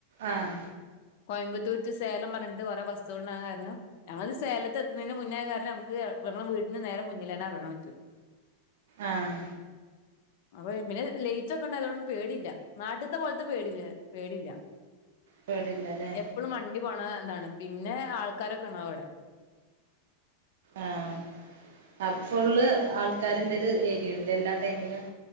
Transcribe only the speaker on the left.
കോയമ്പത്തൂ ടു സേലം പറഞ്ഞിട്ട കുറെ ബസ് ൻ കാരണം ഞമ്മത് സ്േലത്ത് എത്തുന്നതിന് മുന്നേ കാരണംഞക്ക്ടെ വീടിന് നേരം മുന്നിൽ തന്നെ ഇറങ്ങാൻ പറ്റു <inaudible>
അപ്പൊ പിന്നെ ലേറ്റ്ൊക്കെ ഉണ്ട അതോും പേടില്ല നാട്ടത്തെ പോലത്തെ പേടില്ല പേടില്ല
എപ്പോഴും വണ്ടി പോണ എന്താണ് പിന്നെ ആൾക്കാരൊക്കെണോ അവിടെ